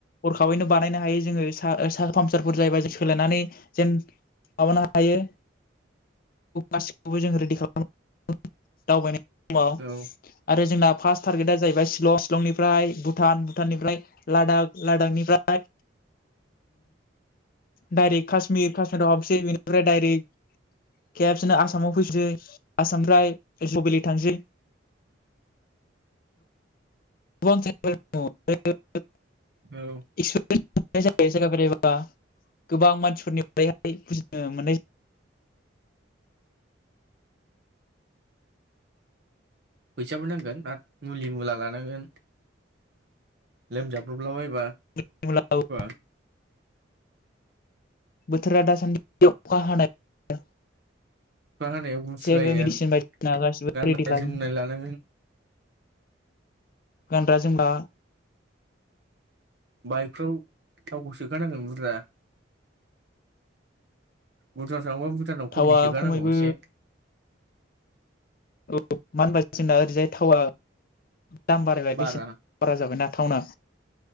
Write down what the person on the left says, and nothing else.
हरखाबैनो बानायनो हायो जोङो पामसारफोर जायोबा ज सोलायनानै जेन माबानो हायो गासिखौबो जों रेडि खालाम दावबाय दाव
आरो जोंना फास टारगेटा जाहैबाय शलं शिलंनिफ्राय भुटान भुटाननिफ्राय लादाख लादाखनिफ्राय डायरेक्ट कश्मिर काश्मिराव हाबसै बिनिफ्राय डायरेक्ट खबसनो आसामाव फैनोसै आसामनिफ्राय बुबेलि थांसै <unintelligible> <unintelligible> <unintelligible>
गोबां मानसिफोरनि बारैहाय बुजिनो मोननाय जायो
जायो
बोथोरा दासान्दि बे अखा हानाय
जेबो
मेडिसिन
बायदिसिना गासिबो
रेडि लादों
गानग्रा जोमग्रा
थावा
खमैबो
औ मा होनबा जोंना ओरैजाय थावा दाम बारायबाय
बेसे बारा जाबायना थावनो